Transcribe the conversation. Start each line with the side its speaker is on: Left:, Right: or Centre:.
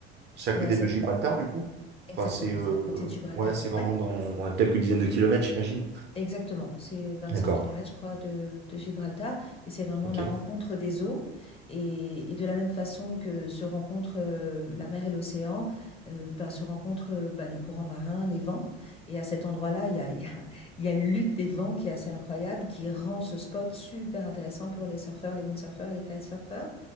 Right: C'est à côté
Left: Et à cette,
Right: de Gibraltar du coup?
Left: exactement,
Right: Enfin, c'est euh,
Left: c'est à côté de Gibraltar.
Right: ouais, c'est vraiment
Left: Ouais.
Right: dans ouais, quelques dizaines de kilomètres, j'imagine.
Left: Exactement, c'est 25
Right: D'accord,
Left: kilomètres, je crois, de, de Gibraltar. Et c'est vraiment
Right: ok.
Left: la rencontre des eaux. Et, et de la même façon que se rencontrent euh, la mer et l'océan, euh, ben, se rencontrent euh, ben, les courants marins, les vents. Et à cet endroit-là, il y a, il y a- <laughs> il y a une lutte des vents qui est assez incroyable, qui rend ce spot super intéressant pour les surfeurs, les windsurfers et les kitesurfers.